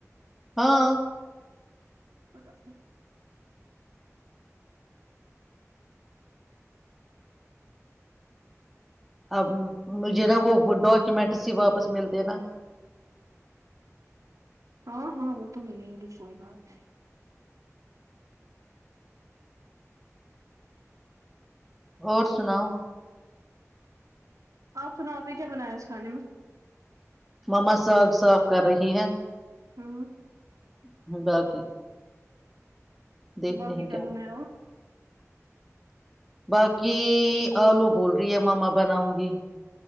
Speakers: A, in the centre; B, on the right.
A: ہاں
B: تو تو
A: اب مجھے نا وہ ڈاکومینٹ ہی واپس ملتے نا <unintelligible>
B: ہاں ہاں وہ تو ملیں گے کوئی بات <unintelligible>
A: اور سناؤ
B: آپ سناؤ آپ نے کیا بنایا اس کھانے میں
A: مما ساگ صاف کر رہی ہے <unintelligible>
B: ہوں <unintelligible>
A: <unintelligible> دیکھتے
B: باقی
A: ہیں
B: کیا سنا ہے اور <unintelligible>
A: باقی آلو بول رہی ہے ماما بناؤں گی